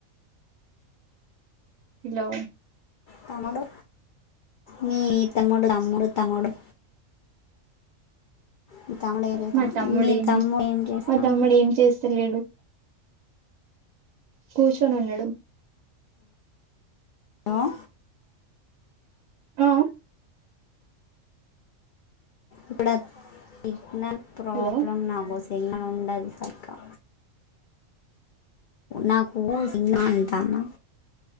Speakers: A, on the right (about 80°); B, on the left (about 70°).
A: హలో
B: తమ్ముడు మీ తమ్ముడు తమ్ముడు తమ్ముడు మీ తమ్ముడు ఏం చేస్తాడు
A: మా తమ్ముడు
B: మీ
A: ఏమి
B: తమ్ముడు ఏం చేస్తాడు
A: మా తమ్ముడు ఏం చేస్తలేడు కూర్చొని ఉన్నాడు
B: హలో
A: ఆ
B: ఇప్పుడు సిగ్నల్ ప్రాబ్లమ్
A: హలో
B: నాకు సిగ్నల్ ఉండదు సరిగా నాకు సినిమా అంటానా.